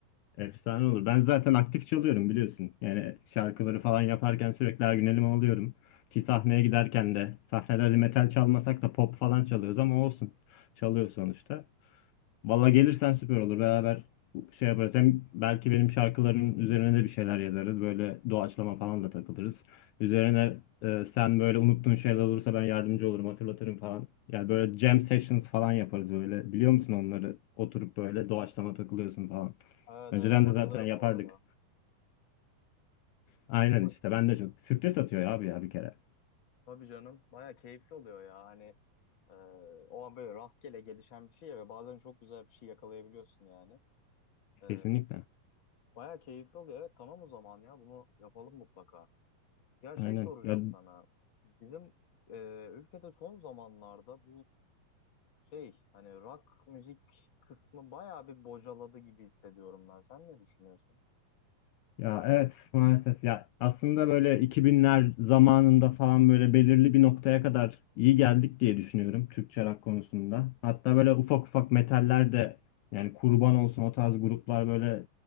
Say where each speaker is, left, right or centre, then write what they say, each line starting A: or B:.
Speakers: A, on the left; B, on the left.
A: Efsane olur. Ben zaten aktif çalıyorum biliyorsun. Yani şarkıları falan yaparken sürekli her gün elime alıyorum. Ki sahneye giderken de sahnelerde metal çalmasak da pop falan çalıyoruz ama olsun. Çalıyor sonuçta. Valla gelirsen süper olur. Beraber şey yaparız. Hem belki benim şarkıların üzerine de bir şeyler yazarız. Böyle doğaçlama falan da takılırız. Üzerine e, sen böyle unuttuğun şeyler olursa ben yardımcı olurum, hatırlatırım falan. Yani böyle jam sessions falan yaparız böyle. Biliyor musun onları? Oturup böyle doğaçlama takılıyorsun falan.
B: Evet
A: Önceden
B: evet bayılırım
A: de zaten yapardık.
B: bu arada.
A: Aynen
B: Ba-
A: işte. Ben de çok stres atıyor ya abi ya bir kere.
B: Tabii canım baya keyifli oluyor ya hani e, o an böyle rastgele gelişen bir şey ya ve bazen çok güzel bir şey yakalayabiliyorsun yani. E,
A: Kesinlikle.
B: baya keyifli oluyor evet tamam o zaman ya bunu yapalım mutlaka. Ya
A: Aynen.
B: şey soracağım
A: Ya
B: sana. Bizim e, ülkede son zamanlarda bu şey hani rock müzik kısmı bayağı bir bocaladı gibi hissediyorum ben. Sen ne düşünüyorsun?
A: Ya evet maalesef ya aslında böyle 2000'ler zamanında falan böyle belirli bir noktaya kadar iyi geldik diye düşünüyorum Türkçe rock konusunda. Hatta böyle ufak ufak metaller de yani kurban olsun o tarz gruplar böyle